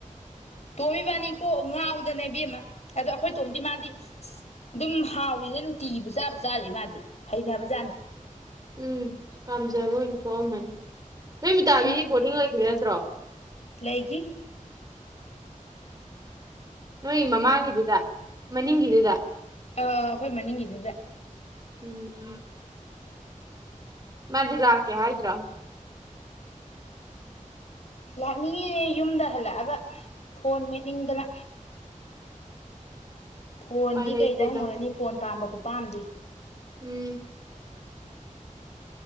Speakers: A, on the left (about 55°); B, on the right (about 30°).
A: ꯇꯣꯃ ꯏꯕꯥꯟꯅꯤ ꯀꯣꯛ ꯉꯥꯎ ꯗꯅ ꯏꯕꯦꯝꯃꯥ ꯑꯗꯣ ꯑꯩꯈꯣꯏ ꯇꯣꯝꯗꯤ ꯃꯥꯗꯤ ꯑꯁ ꯑꯗꯨꯝ ꯍꯥꯎꯋꯤꯅ ꯅꯨꯡꯇꯤꯕꯨ ꯆꯥꯕꯨ ꯆꯥꯔꯤ ꯃꯥꯗꯤ ꯍꯩꯅꯕ ꯖꯥꯠꯅꯤ
B: ꯎꯨꯝ ꯄꯥꯝꯖꯕ ꯑꯣꯏꯅ ꯊꯣꯛꯑꯝꯃꯅꯤ ꯅꯣꯏ ꯃꯤꯗꯥꯗꯤ
A: ꯍꯨꯝ
B: ꯕꯣꯔꯗꯤꯡ ꯂꯩꯒ꯭ꯔꯦꯅ ꯇꯔꯣ
A: ꯂꯩꯒꯤ
B: ꯅꯣꯏ ꯃꯃꯥꯡꯒꯤꯗꯨꯗ ꯃꯅꯤꯡꯒꯤꯗꯨꯗ
A: ꯑꯥ ꯑꯩꯈꯣꯏ ꯃꯅꯤꯡꯒꯤꯗꯨꯗ
B: ꯎꯨꯝ ꯎꯨꯝ ꯃꯥꯗꯤ ꯂꯥꯛꯀꯦ ꯍꯥꯏꯗ꯭ꯔꯣ
A: ꯂꯥꯛꯅꯤꯡꯉꯦ ꯌꯨꯝꯗ ꯍꯜꯂꯛꯑꯒ ꯐꯣꯟ ꯃꯦꯠꯅꯤꯡꯗꯅ ꯐꯣꯟꯗꯤ
B: ꯎꯄꯥꯏ ꯂꯩꯇꯦꯗ
A: ꯀꯩꯗ ꯍꯪꯉꯨꯔꯅꯤ ꯐꯣꯟ ꯄꯥꯝꯕ ꯈꯨꯄꯥꯝꯗꯤ
B: ꯎꯨꯝ